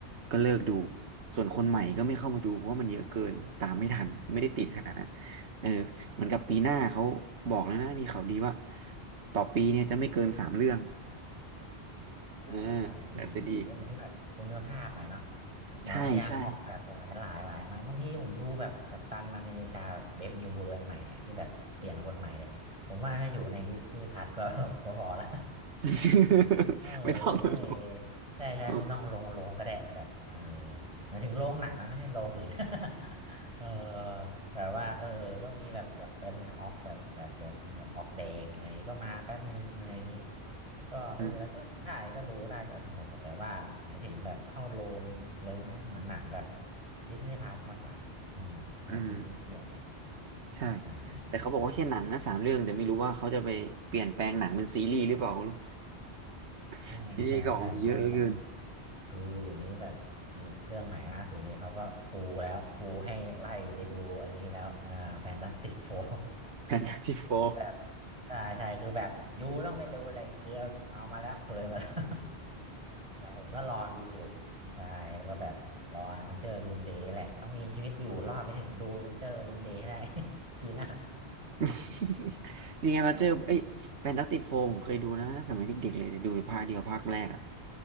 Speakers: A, on the right; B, on the right.
A: ก็เลิกดู ส่วนคนใหม่ก็ไม่เข้ามาดูเพราะว่ามันเยอะเกินตามไม่ทันไม่ได้ติดขนาดนั้น
B: ืม
A: เออเหมือนกับปีหน้าเขาบอกแล้วนะมีข่าวดีว่าต่อปีเนี่ยจะไม่เกินสามเรื่องเออ
B: ใช่ใช่ดีดีก็เน้นแบบคุณภาพหน่อยเนาะ
A: อาจจะดี
B: เหมือนพยายามออกแบบหลายหลายหลายมันบางทีผมดูแบบกัปตันอเมริกาแบบเบฟนิวเวิร์นใหม่เนี่ยที่แบบเปลี่ยนคนใหม่เนี่ยผมว่าถ้าอยู่ในดิสนีย์พัทก็
A: ใช่ใช่
B: <laughs> ก็พอละ
A: <laughs>
B: เออ
A: ไม่ต้องหรอ
B: เอใช่ใช่ไม่ต้องลงลงก็ได้แบบเออ
A: อ๋ <laughs> อ
B: หมายถึงโรงหนังนะไม่ใช่โรงอื่น <laughs> เออแบบว่าเออก็มีแบบแบบเป็นฮอปแบบแบบแบบเป็นแบบฮอปแดงอะไรอย่างงี้ก็มาแป๊บนึงอะไรอย่างงี้แล้วก็เออแล้วก็ได้ก็ดูได้ก็สนุกแต่ว่าหมายถึงแบบเข้าโรงเลยไหมเหมือนหนังแบบ
A: อืม
B: ดิสนีย์พาร์มากกว่าอืมเท่าที่เทียบเทียบนะ
A: อืมใช่
B: ใช่ใช่ใช่
A: แต่เขาบอกว่าแค่หนังนะสามเรื่องแต่ไม่รู้ว่าเขาจะไปเปลี่ยนแปลงหนังเป็นซีรีส์หรือเปล่าไม่รู้ <laughs>
B: อืมใช่ใช่เพราะว่าแบบ
A: ซีรีส์ก็ออกเยอะเหลือเกิน
B: คืออยู่นี้แบบคือเรื่องใหม่ล่าสุดนี้เขาก็ปูแล้วปูให้ไล่ไปดูอันนี้แล้วอ่าแฟนตาสติกโฟร์
A: แฟนตาซีโฟร์
B: <laughs> คือแบบใช่ใช่คือแบบยูต้องไปดูเลยคือเอาเอามาแล้วเปิดมาแล้ว <laughs> แต่ผมก็รอดูอยู่ใช่แล้วก็แบบรอเวนเจอร์ดูมเดย์แหละต้องมีชีวิตอยู่รอดไปถึงดูเวนเจอร์ดูมเดย์ให้ได้ <laughs> ปีหน้า
A: <laughs>
B: <laughs>
A: ยังไงมาเจอเอ้ยแฟนตาติกโฟผมเคยดูนะสมัยเด็กๆเลยแต่ดูภาคเดียวภาคแรกอะ
B: เออ